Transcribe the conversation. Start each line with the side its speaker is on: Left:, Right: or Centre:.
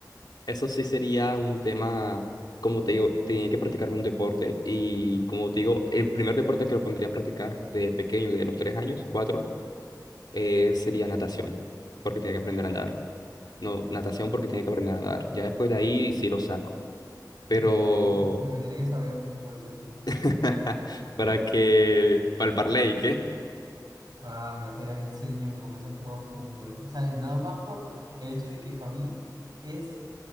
Left: eso sí sería un tema, como te digo, tenía que practicarme un deporte y como te digo, el primer deporte que lo pondría a practicar de pequeño, de los tres años, cuatro, eh, sería natación, porque
Right: El
Left: tenía
Right: mío
Left: que
Right: fútbol.
Left: aprender a nadar. No, natación porque tiene que aprender a nadar. Ya después de ahí sí lo saco. Pero
Right: Y me tiene que, y me tiene que saber fútbol, sí o sí.
Left: <laughs> para que, para el parley, ¿qué?
Right: Ah, mí apenas ese niño me comienza a jugar fútbol. O sea, nada más por el hecho de que para mí es,